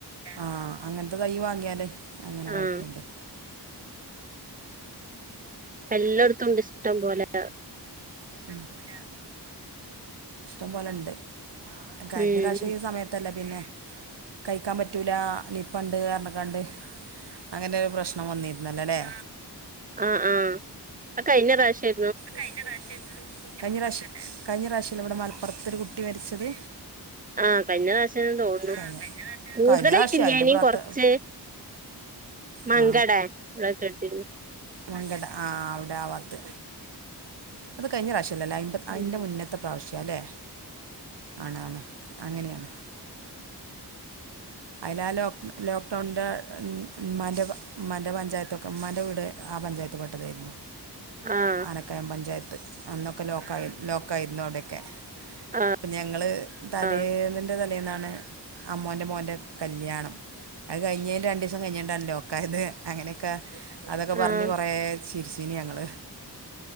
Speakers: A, on the right; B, on the right.
A: ആഹ് അങ്ങനത്തെ തൈ വാങ്ങിയാൽ അങ്ങനെ
B: ആഹ്
A: കായിക്കണ്ട്
B: എല്ലായിടത്തുംണ്ട് ഇഷ്ടം പോലെ
A: ഇഷ്ടം പോല ഇഷ്ടം പോലണ്ട് കഴിഞ്ഞ
B: ഉം
A: പ്രാവശ്യം ഈ സമയത്തല്ലേ പിന്നെ കഴിക്കാൻ പറ്റൂല നിപ്പണ്ട് പർഞ്ക്കാണ്ട് അങ്ങനെ ഒരു പ്രശ്നം വന്നിരുന്നല്ലോ ല്ലേ
B: ആ ആ ആ കഴിഞ്ഞ പ്രാവശ്യ
A: കഴിഞ്ഞ പ്രാവശ്യ ആയിരുന്നു കഴിഞ്ഞ പ്രാവശല്ലേ കഴിഞ്ഞ പ്രാവശല്ല ഇവിടെ മലപ്പുറത്തൊരു കുട്ടി മരിച്ചത്
B: ആ കഴിഞ്ഞ പ്രാവശ്യന്ന് തോന്നുന്നു
A: കഴിഞ്ഞ
B: കൂടുതലായിട്ടില്ല്യാ
A: കഴിഞ്ഞ പ്രാവശ്യം അതിൻ്റെ
B: ഞ്
A: പ്രാത്ത
B: കൊറച്ച് മങ്കടെ
A: ആ
B: ആ കേട്ടിരുന്നു
A: മങ്കട ആ അവിടെ ആ വാത്ത് അത് കഴിഞ്ഞ പ്രാശം അതിന്റെ അതിന്റെ
B: ഉം
A: മുന്നത്തെ പ്രാവശ്യം ല്ലേ ആണ് ആണ് അങ്ങനെയാണ് അതില ആ ലോ ലോക്ക്ഡൌണിന്റെ മ്മാന്റെ മ്മാന്റെ പഞ്ചായത്തൊക്കെ ഉമ്മാന്റെ വീട് ആ പഞ്ചായത്ത് പെട്ടതേരുന്നു
B: ആഹ്
A: ആനക്കായം പഞ്ചായത്ത് അന്നൊക്കെ ലോക്കായി ലോക്കായിരുന്നു അവിടെക്കെ
B: ആഹ്
A: അപ്പ ഞങ്ങള് തലേന്നിന്റെ
B: ആഹ്
A: തലേ ന്നാണ് അമ്മോൻ്റെ മോൻ്റെ കല്ല്യാണം അത് കഴിഞ്ഞേന്റെ രണ്ടീസം കഴിഞ്ഞിട്ടാണ് ലോക്കായത് അങ്ങനെക്ക അതൊക്കെ പറഞ്ഞ്
B: ആഹ്
A: കൊറെ ചിരിച്ചീന് ഞങ്ങള്